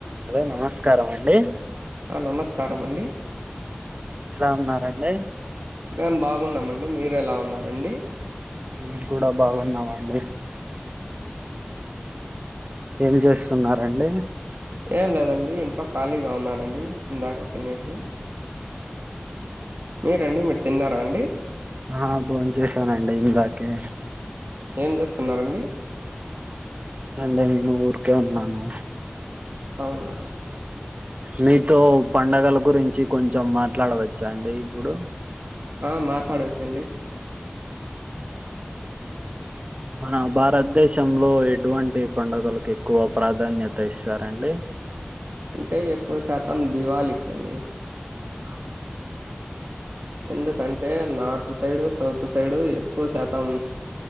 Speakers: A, on the right; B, on the right.
A: హలో నమస్కారం అండి
B: ఆ నమస్కారం అండి
A: ఎలా ఉన్నారండి
B: మేం బాగున్నామండి మీరు ఎలా ఉన్నారండి
A: మేం కూడా బాగున్నామండి ఏం జేస్సున్నారండి
B: ఏం లేదండి ఇంట్లో ఖాళీగా ఉన్నానండి ఇందాక తినేసి మీర్ అండి మీరు తిన్నారా అండి
A: ఆ భోన్ చేశానండి ఇందాకే
B: ఏం జేస్తున్నారండి
A: అండే నేను ఊరికే ఉన్నాను
B: అవునా
A: మీతో పండుగల గురించి కొంచెం మాట్లాడవచ్చా అండి ఇప్పుడు
B: ఆ మాట్లాడవచ్చండి
A: హ మన భారతదేశంలో ఎటువంటి పండుగలకు ఎక్కువ ప్రాధాన్యత ఇస్తారండి
B: అంటే ఎక్కువ శాతం దివాలికి అండి
A: ఆ
B: ఎందుకంటే నార్త్ సైడు సౌత్ సైడు ఎక్కువ శాతం